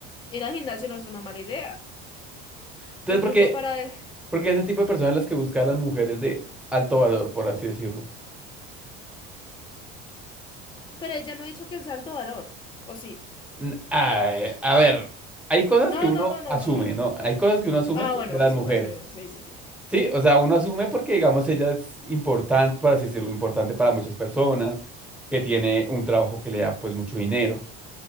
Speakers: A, on the left (about 15°); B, in the centre.
A: ir al gimnasio no es una mala idea.
B: Entonces,
A: Incluso
B: ¿por qué,
A: para...
B: por qué ese tipo de personas las que buscan a las mujeres de alto valor, por así decirlo?
A: Pero ella no ha dicho que sea alto valor. ¿O sí?
B: N- ay, a ver, hay cosas
A: No,
B: que uno
A: no, no, no,
B: asume,
A: no.
B: ¿no? Hay cosas que uno asume
A: Ah,
B: de
A: bueno,
B: las
A: asu-
B: mujeres.
A: asumimos. Sí, sí, sí.
B: Sí, o sea, uno asume porque, digamos, ella es importante, por así decirlo, importante para muchas personas, que tiene un trabajo que le da, pues, mucho dinero.